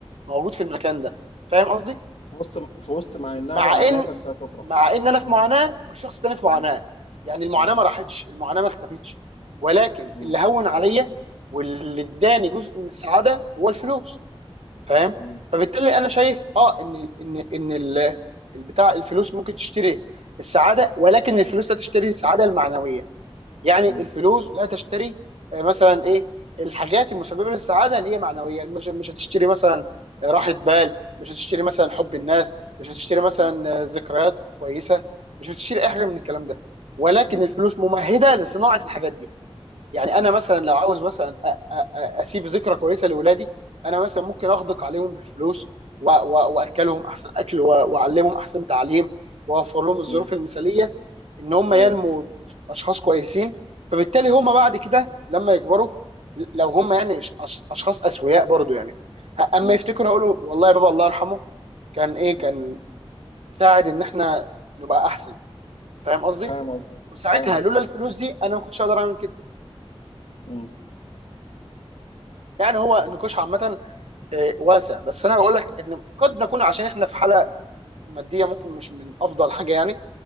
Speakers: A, on the right; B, on the left.
A: موجود في المكان ده فاهم قصدي
B: في وسط في وسط مع انها
A: مع
B: معاناة
A: ان
B: بس هتفرح
A: مع ان انا في
B: مم.
A: معاناه والشخص الثاني في معاناه
B: مم.
A: يعني المعاناه
B: مم.
A: ما راحتش المعاناه ما اختفتش ولكن
B: مم.
A: اللي هون عليا واللي اداني جزء
B: مم.
A: من السعاده هو الفلوس فاهم
B: مم.
A: فبالتالي انا شايف اه ان ان ان ال- البتاع الفلوس ممكن تشتري السعاده ولكن الفلوس لا تشتري السعاده المعنويه يعني
B: مم. مم.
A: الفلوس لا تشتري آه، مثلا ايه الحاجات المسببه للسعاده اللي هي معنويه مش مش هتشتري مثلا راحه بال مش هتشتري مثلا حب الناس مش هتشتري مثلا
B: مم.
A: آه، ذكريات كويسه مش هتشتري اي حاجه من الكلام ده ولكن
B: مم.
A: الفلوس ممهده لصناعه الحاجات دي يعني
B: مم.
A: انا مثلا لو عاوز مثلا أ- أ- أ- اسيب ذكرى كويسه لاولادي انا مثلا ممكن
B: مم.
A: اغدق عليهم بالفلوس و- و- واكلهم احسن اكل و- واعلمهم احسن تعليم واوفر لهم الظروف
B: مم.
A: المثاليه ان هم
B: ايوه
A: ينموا اشخاص كويسين فبالتالي هم
B: مم.
A: بعد كده لما يكبروا لو هم يعني أش- أش- اشخاص اسوياء برضو يعني ه-
B: مم.
A: اما يفتكروا يقولوا والله يا بابا الله يرحمه كان ايه
B: مم.
A: كان ساعد ان احنا نبقى احسن فاهم قصدي
B: فاهم قصدي
A: وساعتها
B: فاهم قصدي
A: لولا الفلوس دي انا ما كنتش اقدر اعمل كده
B: مم.
A: يعني هو النقاش عامه آه، واسع بس انا بقول لك ان قد نكون عشان احنا في حاله ماديه ممكن مش من افضل حاجه يعني